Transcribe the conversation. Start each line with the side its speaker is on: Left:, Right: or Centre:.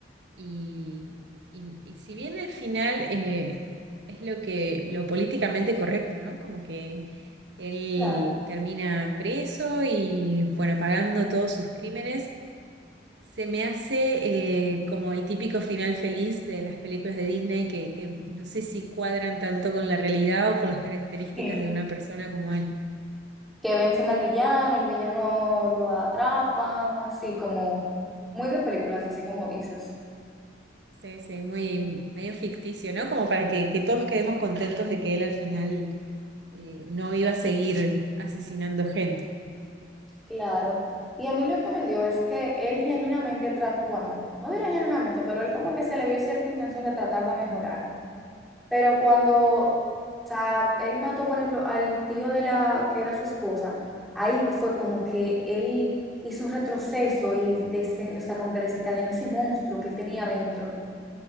Right: y, y, y si bien el final, eh, es lo que, lo políticamente correcto, ¿no? Como que él
Centre: Claro.
Right: termina preso y, bueno, pagando todos sus crímenes. Se me hace eh, como el típico final feliz de las películas de Disney que, que no sé si cuadran tanto con la realidad o con las características
Centre: Sí.
Right: de una persona como él.
Centre: Que vencen al villano, el villano lo atrapan, así como muy de películas, así como dices.
Right: Sí, sí, muy medio ficticio, ¿no? Como para que, que todos quedemos contentos de que él al final eh, no iba a seguir asesinando gente.
Centre: Claro. Y a mí lo que me dio es que él genuinamente trató, bueno, no diré genuinamente, pero él como que se le vio cierta intención de tratar de mejorar. Pero cuando, o sea, él mató, por ejemplo, al tío de la que era su esposa, ahí fue como que él hizo un retroceso y desen- o sea, como que desencadenó ese monstruo que él tenía dentro.